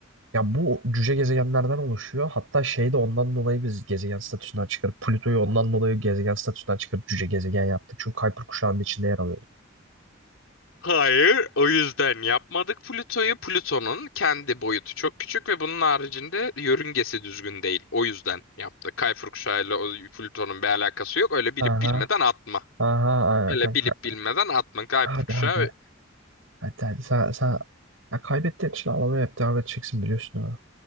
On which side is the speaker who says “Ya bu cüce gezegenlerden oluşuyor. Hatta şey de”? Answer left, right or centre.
Right